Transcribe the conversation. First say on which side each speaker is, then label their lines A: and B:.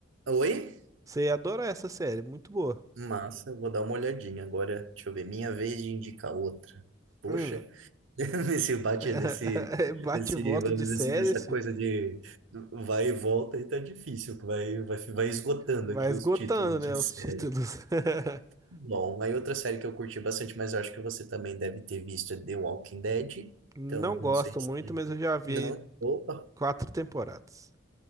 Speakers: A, on the right (about 85°); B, on the right (about 15°).
A: Oi?
B: Você ia adorar essa série, muito boa.
A: Massa, eu vou dar uma olhadinha agora. Deixa eu ver, minha vez de indicar outra. Poxa,
B: Hum.
A: <laughs> nesse bate,
B: <laughs>
A: nesse,
B: Bate
A: nesse,
B: e volta
A: vamos
B: de série,
A: dizer assim, nessa
B: esse.
A: coisa de vai e volta, e tá difícil, vai, vai, vai esgotando
B: Vai
A: aqui
B: esgotando,
A: os títulos de
B: né,
A: série.
B: os títulos. <laughs>
A: Bom, aí outra série que eu curti bastante, mas eu acho que você também deve ter visto é The Walking Dead.
B: Não
A: Então, não
B: gosto
A: sei se.
B: muito, mas eu já vi
A: Não, opa.
B: quatro temporadas.